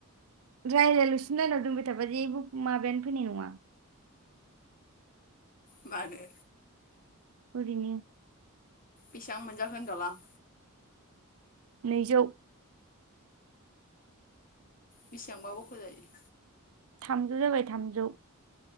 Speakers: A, on the right; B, on the left.
A: रायज्लायलासिनो लायेनाव दोनबाय थाबा जेबो माबायानो फैनाय नङा।
B: बानो?
A: ओरैनो।
B: बेसिबां मोनजाखो होनदलां?
A: नैजौ।
B: बेसेबांबा बखजायो?
A: थामजौ जाबाय थामजौ।